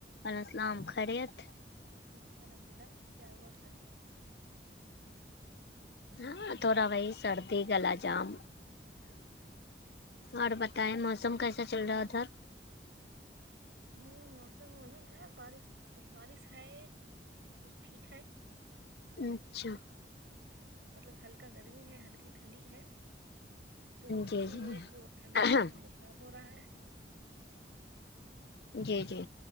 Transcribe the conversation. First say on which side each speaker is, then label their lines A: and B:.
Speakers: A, on the left (about 65°); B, on the right (about 75°).
A: وال السلام خریت
B: ٹھیک ہے الحمد اللہ کیا ہوا
A: ہاں تھوڑا وہی سردی گلا جام اور
B: اچھا
A: بتائیں موسم کیسا چل رہا
B: ہاں
A: ادھر
B: ہوں موسم وہی ہے بارش کچھ بارش ہے کچھ ٹھیک ہے
A: اچھا
B: مطلب ہلکا گرمی ہے ہلکی ٹھنڈی ہے تو
A: جی
B: اسی وجہ سے سب کو سردی
A: جی
B: جکام بخار ہو رہا ہے
A: جی جی